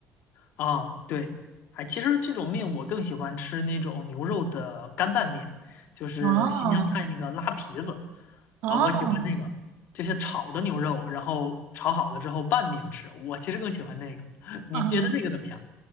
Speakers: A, on the left; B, on the right.
A: 啊，对，哎，其实这种面我更喜欢吃那种牛肉的干拌面，就是新疆菜那个拉皮子
B: 哦哦
A: 啊，我喜欢那个，就是炒的牛肉，然后炒好了之后拌面吃，我其实更喜欢那个。<laughs> 你觉得那个怎么样？
B: 哦，